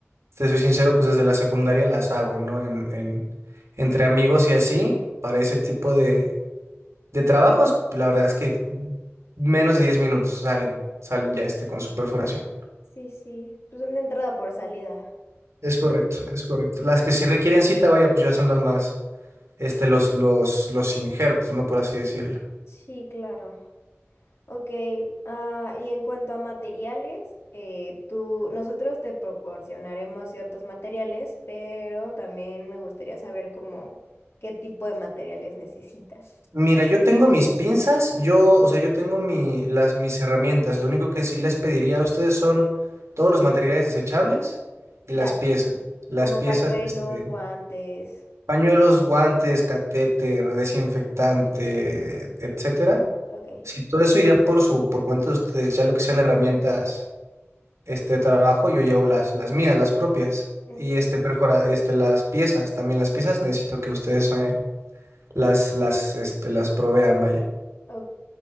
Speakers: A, on the right; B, on the left.
A: te soy sincero, pues desde la secundaria las hago, ¿no? En, en- entre amigos y así, para ese tipo de, De trabajos, la verdad es que menos de 10 minutos salen, salen ya este con su perforación.
B: Sí, sí. Pues una entrada por salida.
A: Es correcto, es correcto. Las que sí requieren cita, vaya, pues ya son las más, este, los, los, los injertos, ¿no? Por así decirlo.
B: Sí, claro. Ok, ah, y en cuanto a materiales, eh, tú, nosotros te proporcionaremos ciertos materiales, pero también me gustaría saber cómo qué tipo de materiales necesitas.
A: Mira, yo tengo mis pinzas, yo, o sea, yo tengo mi, las, mis herramientas. Lo único que sí les pediría a ustedes son todos los materiales desechables y
B: Ya,
A: las piezas. Las
B: como
A: piezas,
B: pañuelos,
A: este,
B: guantes.
A: pañuelos, guantes, catéter, desinfectante, etcétera.
B: Ok,
A: Si todo eso iría por su, por cuenta de ustedes, ya lo que sean herramientas este, de trabajo, yo llevo las, las mías, las propias.
B: ok,
A: Y este, perfora, este, las piezas, también las piezas necesito que ustedes eh, las, las, este, las provean, vaya.
B: ok,